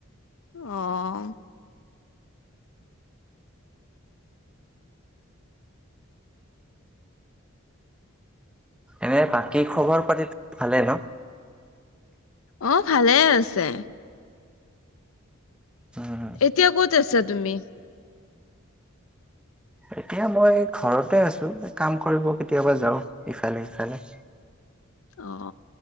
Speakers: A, on the left; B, in the centre.
A: অ'
B: এনে বাকী খবৰ পাতি ভালে ন?
A: অ 'ভালেই আছে।
B: উম,
A: এতিয়া ক'ত আছা তুমি?
B: এতিয়া মই ঘৰতে আছো। কাম কৰিব কেতিয়াবা যাওঁ ইফালে সিফালে।
A: অ